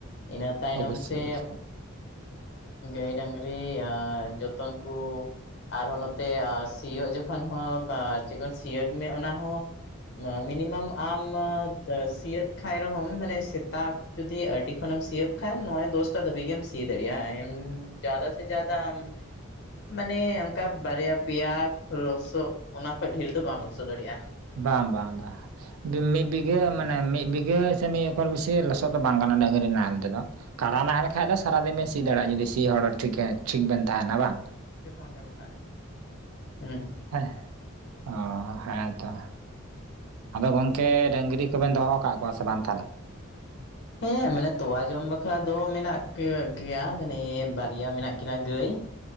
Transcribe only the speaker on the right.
ᱚᱵᱚᱥᱥᱳᱭ
ᱚᱵᱚᱥᱥᱳᱭ
ᱵᱟᱝ, ᱵᱟᱝ, ᱵᱟᱝ ᱢᱤᱫ ᱵᱤᱜᱷᱟᱹ ᱢᱟᱱᱮ ᱢᱤᱫ ᱵᱤᱜᱷᱟᱹ ᱥᱮ ᱢᱤᱫ ᱚᱠᱚᱨ ᱵᱮᱥᱤ ᱞᱚᱥᱚᱫ ᱫᱚ ᱵᱟᱝ ᱠᱟᱱᱟ ᱰᱟᱹᱝᱨᱤ ᱱᱟᱦᱮᱞ ᱛᱮᱫᱚ ᱠᱟᱰᱟ ᱱᱟᱦᱮᱞ ᱠᱷᱟᱡ ᱫᱚ ᱥᱟᱨᱟᱫᱤᱱ ᱵᱮᱱ ᱥᱤ ᱫᱟᱲᱮᱭᱟᱜᱼᱟ ᱡᱩᱫᱤ ᱥᱤ ᱦᱚᱲ ᱴᱷᱤᱠ ᱮ ᱴᱷᱤᱠ ᱵᱮᱱ ᱛᱟᱦᱮᱱᱟ ᱵᱟᱝ?
ᱦᱮᱸ ᱚ ᱦᱮᱸᱛᱚ᱾ ᱟᱫᱚ ᱜᱚᱝᱠᱮ ᱰᱟᱹᱝᱨᱤ ᱠᱚᱵᱮᱱ ᱫᱚᱦᱚ ᱟᱠᱟᱫ ᱠᱚᱣᱟ ᱥᱮ ᱵᱟᱝ ᱛᱟᱦᱚᱞᱮ?